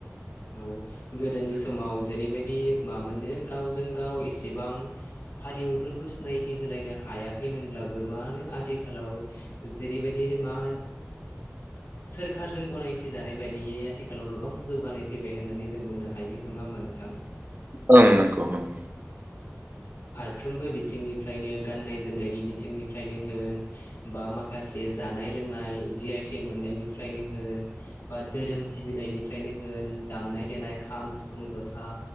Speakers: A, on the left; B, on the right.
A: औ गोदोनि समाव जेरैबाय मानो गावजों गाव एसेबां हारिमुफोरखौ सिनायथि होलायनो हायाखै मोनब्लाबो मा होन आथिखालाव जेरैबायदि मा सोरखारजों गनायथि जानाय बायदियै आथिखालाव गोबां जौगानाय फैबाय होननानै जों बुंनो हायो नङा होमबा नोंथां
B: ओं नंगौ नंगौ
A: बिथिंनिफ्राय नो जनायनि बिथिंनिनो होन बा माखासे ज फोरोंनाय जि आइटेक मोननायनिफ्रायनो होनबा धोरोम सिबिनायनिफ्रायनो होन दामनाय देनाय खाम सिफुं जथा